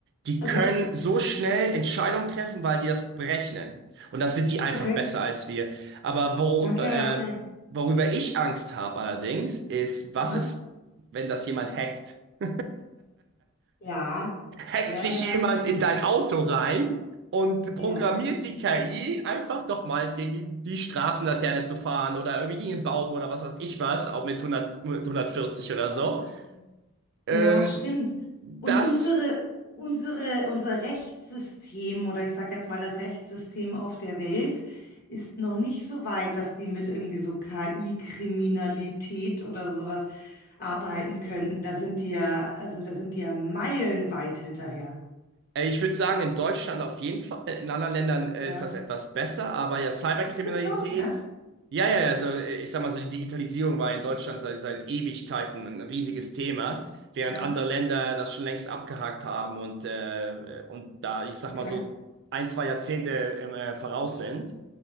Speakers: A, on the right (about 55°); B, on the left (about 45°).
A: Die
B: Okay.
A: können so schnell Entscheidungen treffen, weil die das berechnen. Und das sind die einfach
B: Okay.
A: besser als wir. Aber wo,
B: Okay,
A: äh,
B: okay.
A: worüber ich Angst habe allerdings, ist, was
B: Aha.
A: ist wenn das jemand hackt. <laughs>
B: Ja,
A: Hackt
B: ja,
A: sich
B: ja,
A: jemand in dein Auto rein und programmiert
B: ja. Ja,
A: die KI einfach doch mal gegen die Straßenlaterne zu fahren oder irgendwie gegen einen Baum oder was weiß ich was, auch mit 100, mit 140 oder so.
B: Ähm,
A: Ähm,
B: ja, stimmt.
A: das
B: Und unsere, unsere, unser Rechtssystem oder ich sage jetzt mal das Rechtssystem auf der Welt ist noch nicht so weit, dass die mit irgendwie so KI-Kriminalität oder sowas arbeiten könnten. Da sind die ja, also da sind die ja meilenweit hinterher.
A: Äh, Ich würde sagen, in Deutschland auf jeden Fall. In anderen Ländern äh,
B: Ja.
A: ist das etwas besser, aber ja, Cyberkriminalität.
B: Ist das so? Ja?
A: Ja, ja, ja, also äh, ich sag mal so, die Digitalisierung war in Deutschland seit, seit Ewigkeiten ein riesiges Thema, während
B: Ja.
A: andere Länder das schon längst abgehakt haben und, äh, und da, ich sag
B: Okay.
A: mal so, ein, zwei Jahrzehnte im, äh, voraus sind.